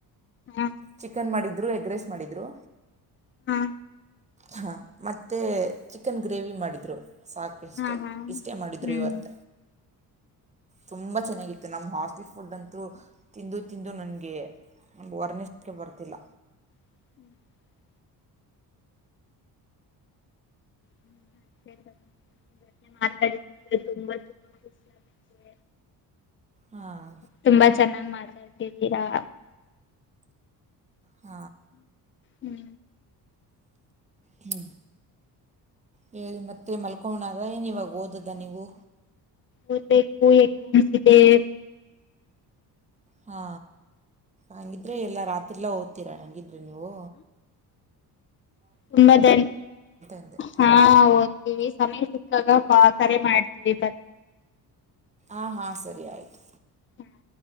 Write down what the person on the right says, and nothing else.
ಚಿಕನ್ ಮಾಡಿ. ರು ಎಗ್ರೆಸ್ ಮಾಡಿದ್ರು.
ಹಾಂ ಮತ್ತೆ ಚಿಕನ್ ಗ್ರೇವಿ ಮಾಡಿದ್ರು. ಸಾಕಷ್ಟೇ
ಇಷ್ಟೇ ಮಾಡಿದರು
ಇವತ್ತ ತುಂಬ ಚೆನ್ನಾಗಿತ್ತು ನಮ್ಮ ಹಾಸ್ಟ್ಲ್ ಫುಡ್ ಅಂತೂ ತಿಂದು ತಿಂದು ನನಗೆ ವರ್ಣಿಸಕ್ಕೆ ಬರ್ತಿಲ್ಲ.
ಹಾಂ
ಹ
ಹ್ಮ್ ಹೇಳಿ ಮತ್ತೆ ಮಲ್ಕೋಣ ಅದ ಏನ್ ಇವಾಗ ಓದದ ನೀವು
ಹಾ ಹಂಗಿದ್ರೆ ಎಲ್ಲ ರಾತ್ರಿಲ್ಲಾ ಓ ತಿರಳಂಗಿದ್ದ ಬ ನೀಓ
ಅಂದೆ
ಹಾಂ ಹಾಂ ಸರಿ ಆಯಿತು.